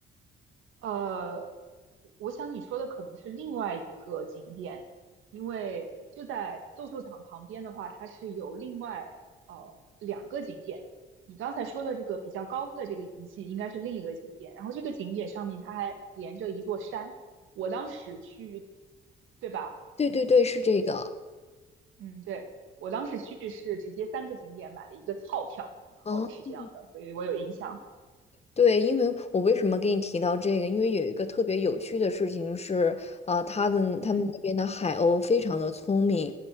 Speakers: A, on the right; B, on the left.
A: 呃，我想你说的可能是另外一个景点，因为就在斗兽场旁边的话，它是有另外呃两个景点。你刚才说的这个比较高的这个遗迹，应该是另一个景点。然后这个景点上面它还连着一座山。我当时去，对吧？
B: 对对对，是这个。
A: 嗯，对，我当时去是直接三个景点买了一个套票，然后是这样的，
B: 啊。
A: 所以我有印象。
B: 对，因为我为什么给你提到这个？因为有一个特别有趣的事情是，啊、他的他们那边的海鸥非常的聪明，
A: 嗯